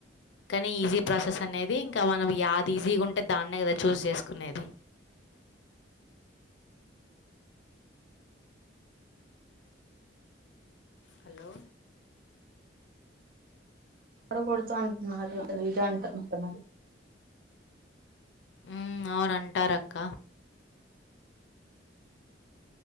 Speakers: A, on the left; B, on the right.
A: కానీ ఈజీ ప్రాసెస్ అనేది ఇంకా మనం యాది ఈజీగా ఉంటే దాన్నే కదా చూజ్ చేసుకునేది హలో
B: అక్కడ కొడుత అంటున్నారు ఇది అంటారుమాంట మరి
A: ఉమ్ అవునంటారు అక్క